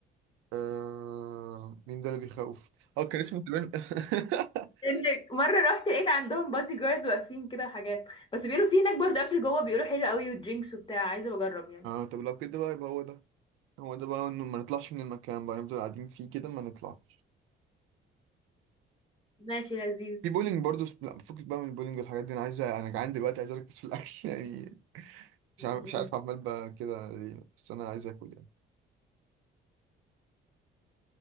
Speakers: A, on the right; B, on the left.
A: آه... مين ده اللي بيخوف اه كان اسمه تقريبا <laughs>
B: انك مره رحت لقيت عندهم بادي جاردز واقفين كده وحاجات بس بيقولوا في هناك برضه اكل جوه بيقولوا حلو قوي ودرينكس وبتاع عايزه بجرب يعني
A: اه طب لو كده بقى يبقى هو ده هو ده بقى إنه ما نطلعش من المكان بقى نفضل قاعدين فيه كده ما نطلعش
B: ماشي لذيذ
A: في بولينج برضو لا فكك بقى من البولينج والحاجات دي انا عايز انا جعان دلوقتي عايز اركز في الاكل <laughs> يعني مش
B: م-
A: عارف مش عارف عمال بقى كده ليه بس انا عايز اكل يعني